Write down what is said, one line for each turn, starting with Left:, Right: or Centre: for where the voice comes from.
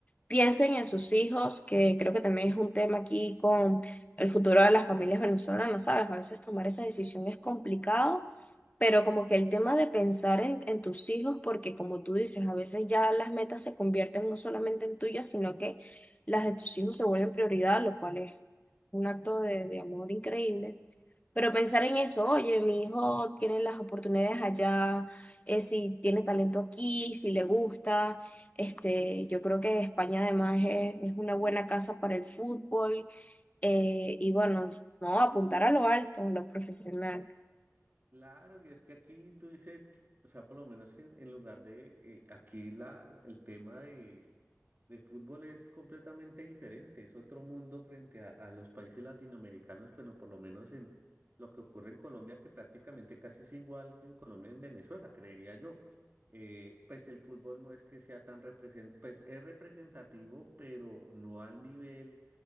Left: piensen en sus hijos, que creo que también es un tema aquí con el futuro de las familias venezolanas, ¿sabes? A veces tomar esa decisión es complicado pero como que el tema de pensar en, en tus hijos, porque como tú dices, a veces ya las metas se convierten no solamente en tuyas, sino que las de tus hijos se vuelven prioridad, lo cual es un acto de, de amor increíble. Pero pensar en eso, oye, mi hijo tiene las oportunidades allá, eh, si tiene talento aquí, si le gusta, este, yo creo que España además es, es una buena casa para el fútbol, eh, y bueno, no, apuntar a lo alto, a lo profesional.
Right: Claro, y es que aquí tú dices, o sea, por lo menos que en, en lugar de, eh, aquí la, el tema de, de fútbol es completamente diferente, es otro mundo frente a, a los países latinoamericanos, bueno, por lo menos en lo que ocurre en Colombia, que prácticamente casi es igual que en Colombia y en Venezuela, creería yo. Eh, pues el fútbol no es que sea tan represent, pues es representativo, pero no al nivel